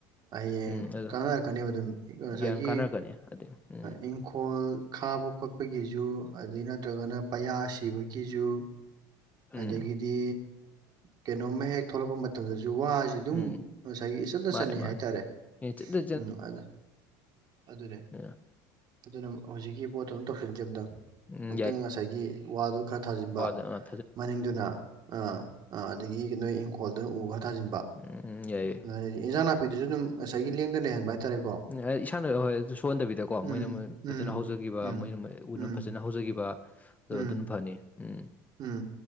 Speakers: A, on the right (about 45°); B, on the left (about 15°).
A: ꯍꯌꯦꯡ
B: ꯎꯝ ꯑꯗꯣ
A: ꯀꯥꯟꯅꯔꯛꯀꯅꯦꯕ ꯑꯗꯨꯝ ꯉꯁꯥꯏꯒꯤ
B: ꯒ꯭ꯌꯥꯟ ꯀꯥꯟꯅꯔꯛꯀꯅꯤ ꯍꯥꯏꯗꯤ ꯎꯝ
A: ꯪ ꯈꯣꯜ ꯈꯥꯕ ꯈꯣꯠꯄꯒꯤꯖꯨ ꯑꯗꯩ ꯅꯠꯇ꯭ꯔꯒꯅ ꯄꯌꯥ ꯁꯤꯕꯒꯤꯖꯨ
B: ꯎꯝ
A: ꯑꯗꯒꯤꯗꯤ ꯀꯩꯅꯣꯝꯃ ꯍꯦꯛ ꯊꯣꯛꯂꯛꯄ ꯃꯇꯝꯗꯁꯨ ꯋꯥꯁꯤ ꯑꯗꯨꯝ
B: ꯎꯝ
A: ꯉꯁꯥꯏꯒꯤ ꯏꯆꯟꯅ
B: ꯃꯥꯅꯦ
A: ꯆꯅꯤ
B: ꯃꯥꯅꯦ
A: ꯍꯥꯏꯇꯥꯔꯦ
B: ꯑꯦ ꯆꯠꯇ
A: ꯎꯝ ꯑ ꯑꯗꯨꯅꯦ
B: ꯑꯣ
A: ꯑꯗꯨꯅ ꯍꯧꯖꯤꯛꯀꯤ ꯄꯣꯠꯇꯣ ꯑꯗꯨꯝ ꯇꯧꯁꯤꯟꯁꯦ ꯑꯝꯇꯪ
B: ꯎꯝ
A: ꯑꯝꯛꯇꯪ ꯉꯁꯥꯏꯒꯤ ꯋꯥꯗꯣ ꯈꯔ ꯊꯥꯖꯤꯟꯕ
B: ꯖ
A: ꯃꯅꯤꯡꯗꯨꯅ ꯑꯥ ꯑꯥ ꯑꯗꯒꯤ ꯅꯣꯏ ꯏꯪꯈꯣꯜꯗꯨꯅ ꯎ ꯈ ꯊꯥꯁꯤꯟꯕ
B: ꯎꯝ ꯌꯥꯏ
A: ꯑꯗꯨꯗꯤ ꯏꯟꯖꯥꯡ ꯅꯥꯄꯤꯗꯨꯁꯨ ꯑꯗꯨꯝ ꯉꯁꯥꯏꯒꯤ ꯂꯦꯡꯗ ꯂꯩꯍꯟꯕ ꯍꯥꯏꯇꯥꯔꯦꯀꯣ
B: ꯑꯩ ꯏꯁꯥꯅ ꯍꯣꯏ ꯁꯣꯛꯍꯟꯗꯕꯤꯗꯀꯣ
A: ꯎꯝ
B: ꯃꯣꯏꯅ
A: ꯎꯝ
B: ꯐꯖꯅ ꯍꯧꯖꯒꯤꯈꯤꯕ
A: ꯎꯝ
B: ꯃꯣꯏꯅ
A: ꯎꯝ
B: ꯎꯅ ꯐꯖꯅ ꯍꯧꯖꯈꯤꯕ ꯑꯗꯣ
A: ꯎꯝ
B: ꯑꯗꯨꯝ ꯐꯅꯤ ꯎꯝ
A: ꯎꯝ